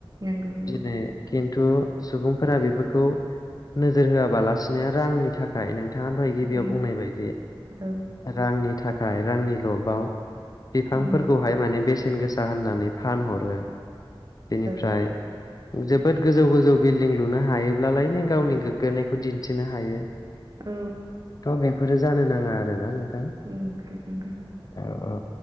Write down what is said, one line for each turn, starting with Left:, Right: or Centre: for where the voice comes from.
Right: नंगौ नंगौ
Left: दि खिथु सुबुं फोरा बेफोरखौ नोजोर होआबालासिनो रांनि थाखाय नों नोंथाङा दहाय गिबियाव
Right: उम
Left: बुंनाय बायदि
Right: औ
Left: रांनि थाखाय रांनि लबाव बिफांफोरखौहाय
Right: उम
Left: माने बेसेन गोसा होननानै फानहरो बेनिफ्राय
Right: औ
Left: जोबोद गोजौ गोजौ बिल दिं लुनो हायोब्लालाय नो गावनि गोग्गानायखौ दिन्थिनो हायो
Right: औ
Left: थ' बेफोरो जानो नाङा आरोना नोंथां
Right: उम नंगौ
Left: औ औ